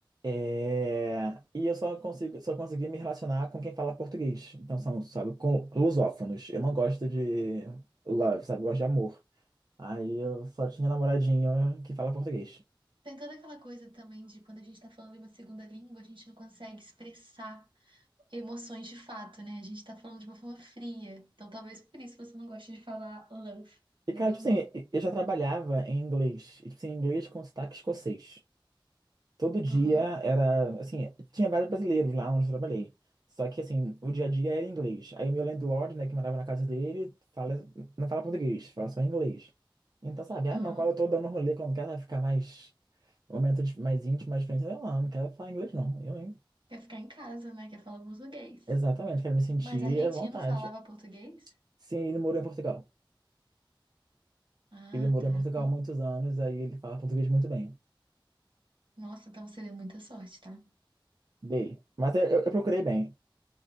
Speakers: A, on the right; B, on the right.
A: É, e eu só consigo, só consegui me relacionar com quem fala português. Então são, sabe, com lusófonos. Eu não gosto de love, sabe? Eu gosto de amor. Aí eu só tinha namoradinho que fala português.
B: Tem toda aquela coisa também de quando a gente tá falando em uma segunda língua, a gente não consegue expressar emoções de fato, né? A gente tá falando de uma forma fria. Então talvez por isso você não goste de falar love,
A: E,
B: mas
A: cara,
B: amor.
A: tipo assim, eu já trabalhava em inglês. E, tipo assim, inglês com sotaque escocês. Todo dia
B: Aham,
A: era, assim, tinha vários brasileiros lá onde eu trabalhei. Só que, assim, o dia a dia era em inglês. Aí meu landlord, né, que morava na casa dele, fala, não fala português, fala só inglês. Então, sabe, ah,
B: aham.
A: não, quando eu tô dando rolê, quando quero ficar mais, um momento de- mais íntimo, mais diferente, eu não, não quero falar inglês, não. Eu, hein?
B: Quer ficar em casa, né? Quer falar português.
A: Exatamente, quero me sentir
B: Mas argentino
A: à vontade.
B: falava português?
A: Sim, ele morou em Portugal.
B: Ah,
A: Ele morou
B: tá.
A: em Portugal
B: No-
A: há muitos anos, aí ele fala português muito bem.
B: Nossa, então você deu muita sorte, tá?
A: Bem, mas eu, eu procurei bem.